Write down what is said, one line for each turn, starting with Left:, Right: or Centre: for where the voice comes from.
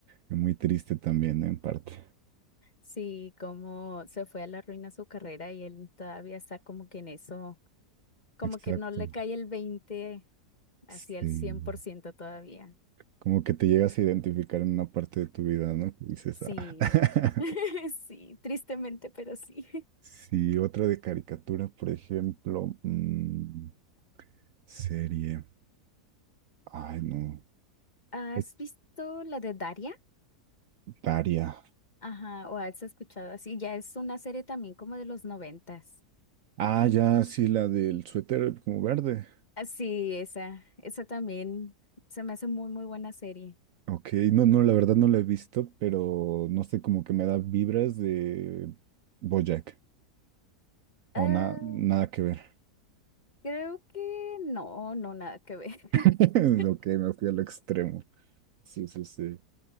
Right: Muy triste también, ¿no? en parte.
Left: Sí, como se fue a la ruina su carrera y él todavía está como que en eso, como
Right: Exacto.
Left: que no le cae el 20, hacia
Right: Sí.
Left: el cien por ciento todavía.
Right: Como que te llegas a identificar en una parte de tu vida, ¿no? Que dices,
Left: Sí,
Right: ah.
Left: <laughs>
Right: <laughs>
Left: sí, tristemente, pero sí.
Right: Sí, otra de caricatura, por ejemplo, mm, serie. Ay, no.
Left: ¿Has
Right: Es
Left: visto la de Daria?
Right: Daria.
Left: Ajá, o has escuchado así, ya es una serie también como de los noventas.
Right: Ah, ya, sí, la del suéter como verde.
Left: Ah, Sí, esa, esa también se me hace muy, muy buena serie.
Right: Ok, no, no, la verdad no la he visto, pero no sé, como que me da vibras de BoJack. O
Left: Ah,
Right: nada, nada que ver.
Left: creo que no, no, nada que ver. <laughs>
Right: <laughs> Ok, me fui al extremo. Sí, sí, sí.